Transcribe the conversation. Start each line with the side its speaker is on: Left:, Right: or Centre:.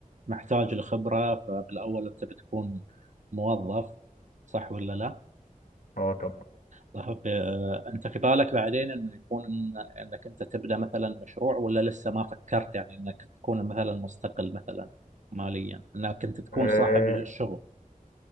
Right: محتاج لخبرة فبالأول أنت بتكون موظف صح ولا لا؟
Left: آه طبعا
Right: طيب آه، أنت في بالك بعدين أنه يكون إن- أنك أنت تبدأ مثلا مشروع ولا لسه ما فكرت يعني أنك تكون مثلا مستقل مثلا ماليا أنك أنت تكون
Left: آه،
Right: صاحب الشغل